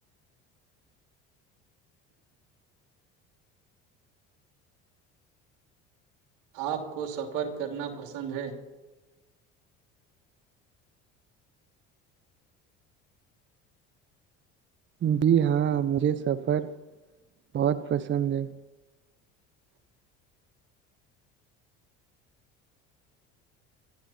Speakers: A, on the right; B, on the right.
A: آپ کو سفر کرنا پسند ہے
B: جی ہاں مجھے سفر بہت پسند ہے